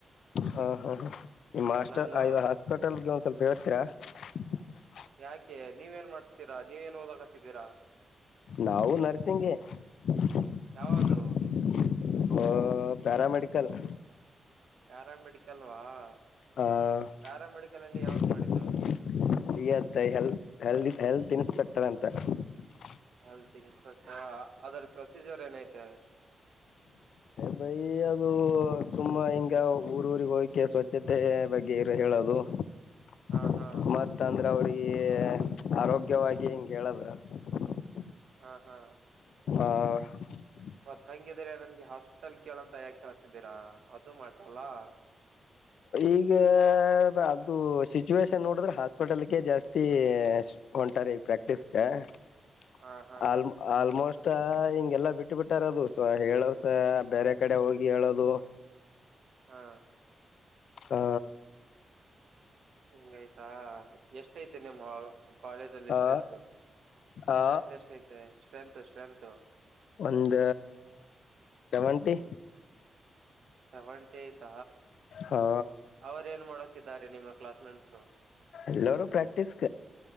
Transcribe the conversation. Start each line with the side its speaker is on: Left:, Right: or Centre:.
Left: ಹಾ, ಹಾ, ಹಾ. <unintelligible> ಮಾಸ್ಟರ್ದು,
Right: ನಾನು
Left: ಹಾಸ್ಪಿಟಲ್ಗೆ, ಒಂದ್ ಸ್ವಲ್ಪ, ಹೇಳು. <unintelligible> ತ್ರ... <unintelligible>
Right: ಯಾಕೆ, ನೀವು ಏನ್ ಮಾಡ್ತೀರಾ! ನೀವು, ಏನ್ ಓದಕ್, ಹತ್ತಿದ್ದೀರಾ. <inaudible>
Left: ನಾವು, ನರಸಿಂಗೆ. <unintelligible>
Right: ಯಾವದು
Left: ಹಾ, ಪ್ಯಾರಾಮೆಡಿಕಲ್. <unintelligible>
Right: ಪ್ಯಾರಾಮೆಡಿಕಲ್ವಾ. <inaudible>
Left: ಹ,
Right: ಪ್ಯಾರಾಮೆಡಿಕಲ್
Left: ಬಿಲ್ಹೆಲಾ,
Right: ಅಲ್ಲಿ ಯಾವ್ದು ಮಾಡಿದ್ದು
Left: ಹೆಲ್ತ್. <unintelligible> ಇದೆಯಂತೆ. <unintelligible>
Right: ಹೆಲ್ತ್, ಇನ್ಸ್ಪೆಕ್ಟರ್, ಹಾ. <inaudible> ಅದರ, ಪ್ರೊಸೀಜರ್, ಏನೈತೆ? <inaudible>
Left: ಬೈ, ಅದು, ಸುಮ್ಮ, ಹಿಂಗ ಊರ ಊರಿಗೆ ಹೋಗಕ್ಕೆೆ, ಸ್ವಚ್ಛತೆ ಬಗ್ಗೆ ಇರು ಹೇಳೋದು. <unintelligible>
Right: ಹಾ ಹಾ
Left: ಮತ್ತು, ಅಂದ್ರೆ ಅವ್ರಿಗೆ? <unintelligible> ಹೇ, ಆರೋಗ್ಯವಾಗಿ, ಹಿಂಗೆ, ಹೇಳದು. <unintelligible>
Right: ಹಾ, ಹಾ. <inaudible>
Left: ಆ.. <unintelligible>
Right: ಮತ್, ಹಂಗೆಯ್ದರೆ. <inaudible> ಈ, ಹಾಸ್ಪಿಟಲ್, ಕೇಳಂತ, ಯಾಕ ಕೇಳ್ತಿದ್ದೀರಾ ಅದು ಮಾಡಲ್ಲ. <inaudible>
Left: ಈಗ, ಅದು ಸಿಚುವೇಶನ್, ನೋಡಿದ್ರೆ ಹಾಸ್ಪಿಟಲ್ಗೆ, ಜಾಸ್ತಿ ಹೊಂಟಾರೆ! ಈಗ ಪ್ರಾಕ್ಟೀಸಿಗಾ. <unintelligible>
Right: ಹಾ ಹಾ
Left: ಆಲ್, ಆಲ್ಮೋಸ್ಟ್. <inaudible> ತ್ತ, ಹಿಂಗೆಲ್ಲಾ ಬಿಟ್ಟು ಬಿಟ್ಟಾರದು ಸೊ ಹೇಳಸೊ ಬೇರೆ, ಕಡೆ ಹೋಗಿ ಹೇಳೋದು. <inaudible>
Right: ಹಾ.. <inaudible>
Left: ಹ
Right: ಹಿಂಗಯ್ತಾ ಎಷ್ಟ ಐತಿ ನಿಮ್ವಾಗ ಕಾಲೇಜ ಅಲ್ಲಿ
Left: ಆ
Right: ಸ್ಟ್ರೆಂತ್
Left: ಆ
Right: ಸ್ಟ್ರೆಂತ್ ಎಷ್ಟ ಐತೆ ಸ್ಟ್ರೆಂತ್ ಸ್ಟ್ರೆಂತ್
Left: ಒಂದ ಸೆವೆಂಟಿ
Right: ಸೆವೆಂಟೇಯ ತ
Left: ಹಾ
Right: ಅವ್ರ ಏನ್ ಮಾಡ ನಿಮ್ಮ ಕ್ಲಾಸ್ಮೇಟ್ಸ್
Left: ಎಲ್ಲಾರೂ ಪ್ರಾಕ್ಟಿಸಸ್